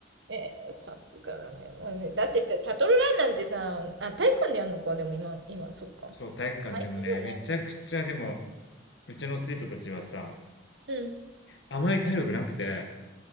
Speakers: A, on the right (about 75°); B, on the left (about 80°).
A: う、えーさすがだね。もうね、だってさ、シャトルランなんてさ、あ、体育館でやるのか、でも今、今、そっか。
B: う、そう、体育館でもね、
A: 大変よね。
B: めちゃくちゃでも、うちの生徒たちはさ、
A: うん。
B: あまり体力なくて、